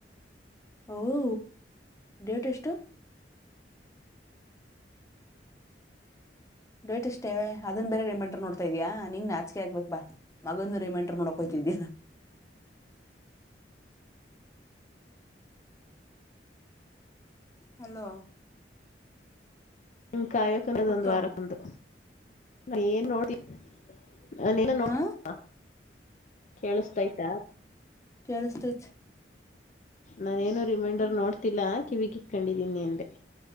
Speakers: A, on the left; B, on the left.
A: ಓಹೋ ಡೇಟ್ ಎಷ್ಟು. ಡೇಟ್ ಅಷ್ಟೇ ಅದನ್ ಬೇರೆ ರೇಮಂಡರ್ ನೋಡ್ತಾಯಿದಿಯ ನೀನ್ಗೆ ನಾಚಿಕೆ ಆಗಬೇಕು ಬಾ. ಮಗಂದು ರಿಮೈಂಡರ್ ಮಾಡೋಕ್ ಹೋಗ್ತಿದೀಯಾ. ಹಲೋ
B: ನಿಮ ಕಾವ್ಯಕನ್ನದ
A: ಪುಟ್ಟು
B: ಒಂದುವಾರಕ್ಕಂದು ನಾ ಏನ್ ನೋಡ್ತ. ನಾ ನೀನ ನೋಡ್ತ
A: ಹಾ
B: ಕೇಳಿಸತೈತ.
A: ಕೇಳಿಸ್ಟೈತೆ
B: ನಾನೇನು ರಿಮೈಂಡರ್ ನೋಡ್ತಿಲ್ಲ ಕಿವಿಗಿ ಇಟ್ಟುಕೊಂಡಿದೀನಿ ಅಂದೆ.